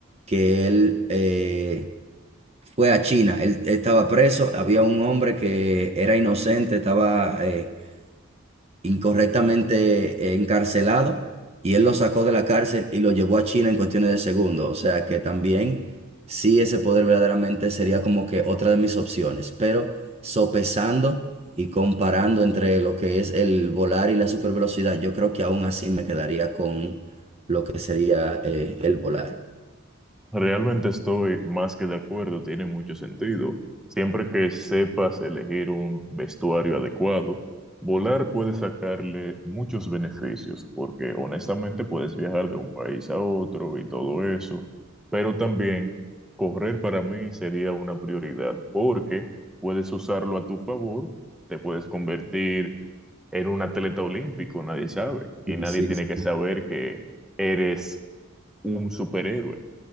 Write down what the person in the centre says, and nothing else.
Realmente estoy más que de acuerdo, tiene mucho sentido. Siempre que sepas elegir un vestuario adecuado, volar puede sacarle muchos beneficios, porque honestamente puedes viajar de un país a otro y todo eso, pero también correr para mí sería una prioridad, porque puedes usarlo a tu favor, te puedes convertir en un atleta olímpico, nadie sabe, y
nadie
tiene
que saber que eres un superhéroe